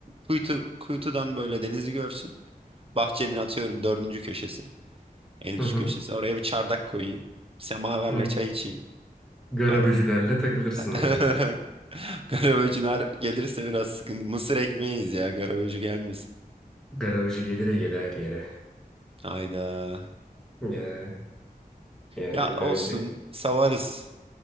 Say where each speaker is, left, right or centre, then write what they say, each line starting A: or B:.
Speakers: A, on the right; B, in the centre.
A: kuytu, kuytudan böyle denizi görsün. Bahçenin atıyorum dördüncü köşesi. En üst
B: Hı hı.
A: köşesi. Oraya bir çardak koyayım. Semaverle
B: Hı.
A: çay içeyim.
B: Garaböcülerle
A: Ara-
B: takılırsın
A: <laughs>
B: orada.
A: Garaböcüler gelirse biraz sıkıntı. Mısır ekmeğiyiz ya. Garaböcü gelmesin.
B: Garaböcü gelire gele her yere.
A: Hayda.
B: Ya, yani
A: Ya olsun
B: önce
A: savarız.